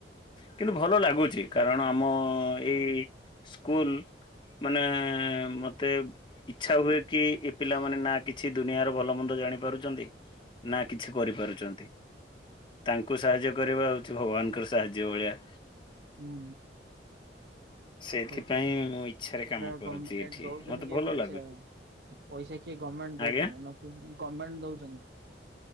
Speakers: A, on the left; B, on the right.
A: କିନ୍ତୁ ଭଲ ଲାଗୁଛି କା ରଣ ଆମ ଏଇ ସ୍କୁଲ ମାନେ ମତେ ଇଚ୍ଛା ହୁଏ କି ଏ ପିଲାମାନେ ନା କିଛି ଦୁନିଆର ଭଲ ମନ୍ଦ ଜାଣିପାରୁଛନ୍ତି। ନା କିଛି କରିପାରୁଛନ୍ତି। ତାଙ୍କୁ ସାହାଯ୍ୟ କରିବା ହଉଛି ଭଗବାନ୍ ଙ୍କୁ ସାହାଯ୍ୟ କରିବା।
B: ହୁଁ
A: ସେଇଥିପାଇଁ
B: ହୁଁ <unintelligible> <unintelligible>
A: ମୁଁ ଇଚ୍ଛାରେ କାମ କରୁଛି ଏଠି
B: ଦଉଛନ୍ତି
A: ମତେ
B: କେ
A: ଭଲ
B: ପଇସା
A: ଲାଗୁଛି
B: ପଇସା କିଏ ଗର୍ଣ୍ଣମେଣ୍ଟ?
A: ଆଜ୍ଞା